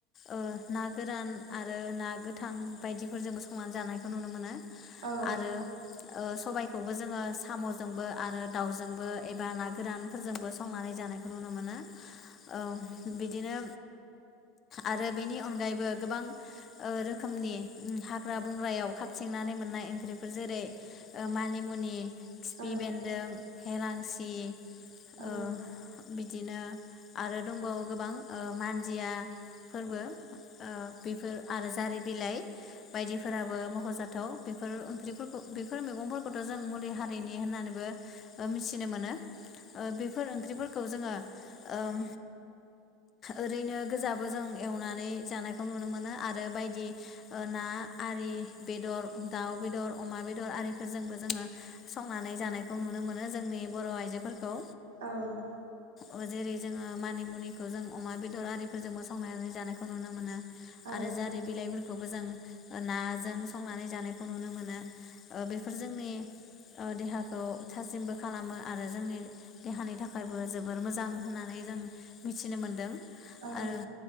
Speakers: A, on the left; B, on the right.
A: ओ ना गोरान आरो ना गोथां बायदिफोरजोंबो संनानै जानायखौ नुनो मोनो
B: औ
A: आरो ओ सबायखौबो जोङो सामजोंबो आरो दाउजोंबो एबा ना गोरानफोरजोंबो संनानै जानायखौ नुनो मोनो औ बि बिदिनो आरो बेनि अनगायैबो गोबां ओ रोखोमनि हाग्रा बंग्रायाव खााबथिंनानै मोननाय ओंख्रिफोर जेरै ओ मानिमुनि खिफि
B: औ
A: बेन्दों हेलांसि
B: औ
A: ओ बिदिनो आरो दंबावो गोबां ओ मानदिया फोरबो ओ बेफोर आरो जारि बिलाइ बायदिफोराबो मखजाथाव बेफोर ओंख्रिफोरखौ बेफोर मैगंफोरखौ खोथ जों मुलि हारिनि होननानैबो ओ मिथिनो मोनो ओ बेफोर ओंख्रिफोरख खौ जोङो ओम ओरैनो गोजाबो जों एवनानै जानायखौ नुनो मोनो आरो बायदि ओ नाआरि बेदर दाउ बेदर अमा बेदर आरिफोरजोंबो जोङो संनानै जानायखौ नुनो मोनो जोंनि बर आइजोफोरखौ
B: औ
A: औ जेरै जोङो मानिमुनिखौ जों अमा बेदर आरिफोरजोंबोसंनानै जानायखौ नुनो मोनो
B: औ
A: आरो जारि बिलाइफोरखौ खौबो जों नाजों संनानै जानायखौ नुनो मोनो ओ बेफोर जोंनि ओ देहाखौ थासिमबो खालामो आरो जोंनि देहानि थाखायबो जोबोर मोजां होननानै जों मिथिनो मोनदों
B: औ
A: आरो